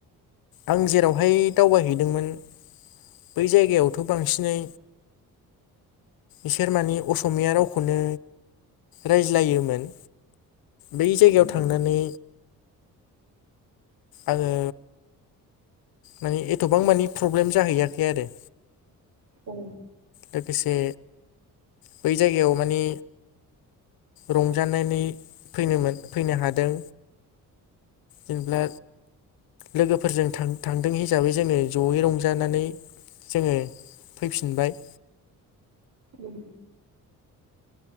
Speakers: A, on the left; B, on the right.
A: आं जेरावहाय दावबायहैदोंमोन बै जायगायावथ' थ' बांसिनै इसोर माने अस'मिया रावखौनो रायज्लायोमोन बै जायगायाव
B: ओं
A: थांनानै आङो मानि एथ'बां मानि प्रब्लेम जाहैयाखै आरो।
B: औ
A: लोगोसे बै जायगायाव माने रंजानानै फैनो मोन फैनो हादों। जेनेब्ला लोगोफोरजों थां थांदों हिसाबै जोङो जयै रंजानानै जोङो फैफिनबाय
B: उम